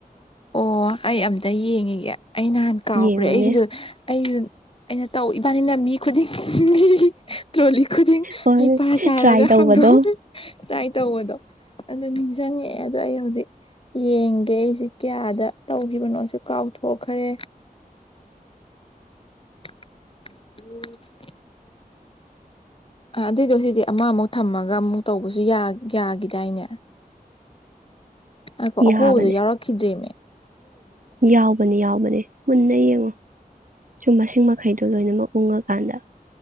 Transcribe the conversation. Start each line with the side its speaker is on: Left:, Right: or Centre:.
Left: ꯑꯣ ꯑꯩ ꯑꯝꯇ ꯌꯦꯡꯉꯒꯦ ꯑꯩ ꯅꯍꯥꯟ ꯀꯥꯎꯈ꯭ꯔꯦ
Right: ꯌꯦꯡꯉꯨꯅꯦ
Left: ꯑꯩꯒꯤꯗꯣ ꯑꯩ ꯑꯩꯅ ꯇꯧ ꯏꯕꯥꯅꯤꯅ ꯃꯤ ꯈꯨꯗꯤꯡ ꯃꯤ ꯇ꯭ꯔꯣꯂꯤꯛ ꯈꯨꯗꯤꯡ
Right: ꯍꯣꯏ
Left: ꯏꯄꯥ ꯁꯥꯔꯒ
Right: ꯇ꯭ꯔꯥꯏ ꯇꯧꯕꯗꯣ
Left: ꯍꯥꯥꯡꯗꯣꯛꯎ ꯇ꯭ꯔꯥꯏ ꯇꯧꯕꯗꯣ ꯑꯗꯣ ꯅꯤꯡꯁꯤꯡꯉꯛꯑꯦ ꯑꯗꯣ ꯑꯩ ꯍꯧꯖꯤꯛ ꯌꯦꯡꯒꯦ ꯑꯩꯁꯦ ꯀꯌꯥꯗ ꯇꯧꯈꯤꯕꯅꯣꯁꯨ ꯀꯥꯎꯊꯣꯛꯈ꯭ꯔꯦ ꯎ ꯑ ꯑꯗꯨꯑꯣꯏꯗꯣ ꯁꯤꯗꯤ ꯑꯃꯃꯨꯛ ꯊꯝꯃꯒ ꯑꯃꯨꯛ ꯇꯧꯕꯁꯨ ꯌꯥꯒꯤꯗꯥꯏꯅꯦ ꯑꯣ
Right: ꯌꯥꯕꯅꯦ
Left: ꯑꯍꯣꯕꯗꯣ ꯌꯥꯎꯔꯛꯈꯤꯗ꯭ꯔꯦꯅꯦ
Right: ꯌꯥꯎꯕꯅꯦ ꯌꯥꯎꯕꯅꯦ ꯃꯨꯟꯅ ꯌꯦꯡꯉꯣ ꯁꯨꯝꯕ ꯃꯁꯤꯡ ꯃꯈꯩꯗꯣ ꯂꯣꯏꯅꯃꯛ ꯎꯡꯉꯀꯥꯟꯗ